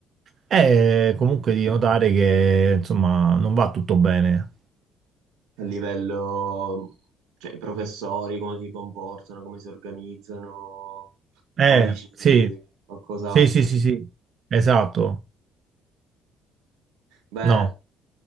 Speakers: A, on the right; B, on the right.
A: È comunque di notare che insomma non va tutto bene.
B: A livello, cioè, i professori, come si comportano, come si organizzano,
A: Eh,
B: o dici
A: sì,
B: qualcos'altro?
A: sì, sì, sì, sì, esatto.
B: Beh,
A: No,